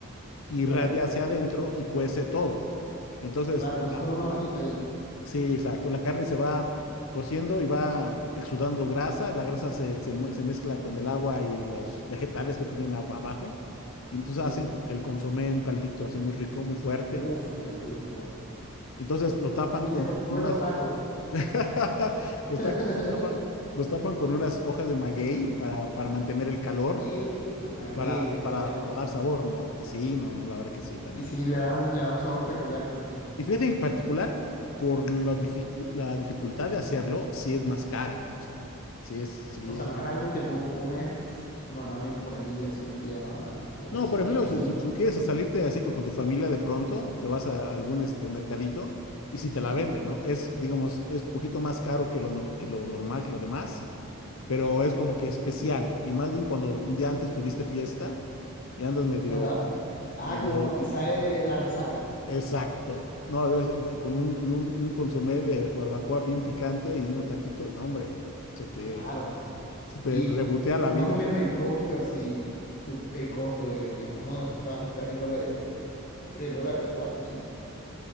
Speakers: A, on the left; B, on the left.
A: irradia
B: Claro.
A: hacia adentro y cuece todo. Entonces,
B: Claro, como si fuera un
A: la-
B: hornito
A: la-
B: ahí.
A: sí, exacto, la carne se va cociendo y va exudando grasa, la grasa se, se mue- se mezcla con el agua y los vegetales que tienen ab- abajo, y entonces
B: Sí.
A: hacen como que el consomé, un caldito así muy rico, muy fuerte.
B: Uf, qué rico.
A: Entonces lo tapan
B: Y
A: con
B: se come
A: unas,
B: con taco.
A: <laughs>
B: <laughs>
A: los tapan, tapan- los tapan con unas hojas de maguey para, para mantener el calor
B: Eso, maguey,
A: y para,
B: es que
A: para,
B: se llama.
A: para dar sabor, ¿no? Y sí, no, no, la verdad que sí, también.
B: Y sí, le da un, le da un sabor peculiar, me imagino.
A: Y fíjate en particular, por la, dificu- la dificultad de hacerlo, si es más cara. O sea, si es, si
B: O sea,
A: es.
B: no es algo que tú comes normalmente por ahí, así un día normal. Tiene
A: No,
B: que ser
A: por
B: un
A: ejemplo,
B: día específico.
A: si, tú si tú quieres salirte así con, con tu familia de pronto, te vas a algún este mercadito y si te
B: ¿Sí?
A: la venden, ¿no? Es, digamos, es un poquito más caro que lo, no- que lo normal, que lo demás, pero es como que especial. Y más bien cuando un día antes tuviste fiesta y andas medio,
B: Ajá. Ah,
A: medio
B: como para pasar el- el- la resaca.
A: Exacto. No, debes- eh, con un, un, un consomé de barbacoa bien picante y unos taquitos, no, hombre, se te,
B: Claro, men.
A: se te
B: Y
A: rebotea la
B: más
A: vida.
B: o menos el costo, así, tú- el costo de, digamos, no, eso me va a costar en dólares, 3 dólares, cuatro cinco